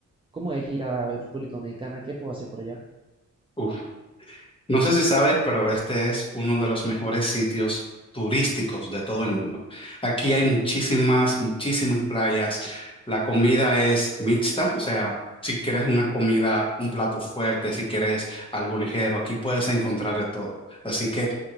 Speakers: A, on the right; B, on the left.
A: cómo es ir a República Dominicana? ¿Qué puedo hacer por allá?
B: Uf. No sé si sabes, pero este es uno de los mejores sitios turísticos de todo el mundo. Aquí hay muchísimas, muchísimas playas. La comida es mixta, o sea, si quieres una comida, un plato fuerte, si quieres algo ligero, aquí puedes encontrar de todo. Así que